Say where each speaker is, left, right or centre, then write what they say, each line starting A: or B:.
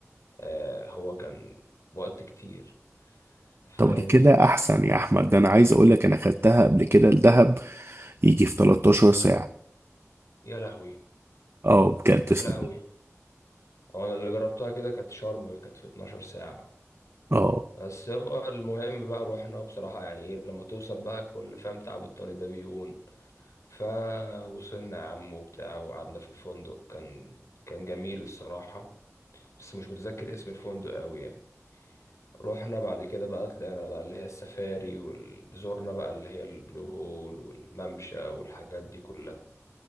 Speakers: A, on the left (about 75°); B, on the right (about 50°).
A: آه هو كان وقت كتير
B: طب
A: فاهمني
B: ده كده احسن يا احمد ده انا عايز اقول لك انا خدتها قبل كده الدهب يجي في 13 ساعة
A: يا لهوي
B: اه بجد
A: يا
B: صدق
A: لهوي هو انا اللي جربتها كده كانت شرم كانت في 12 ساعة
B: اه
A: بس هو المهم بقى روحنا بصراحة يعني ايه لما توصل بقى كل فاهم تعب الطريق ده بيهون فوصلنا يا عم وبتاع وقعدنا في الفندق كان كان جميل الصراحة بس مش متذكر اسم الفندق قوي يعني روحنا بعد كده بقى طلعنا بقى اللي هي السفاري وزورنا بقى اللي هي البلو هول والممشى والحاجات دي كلها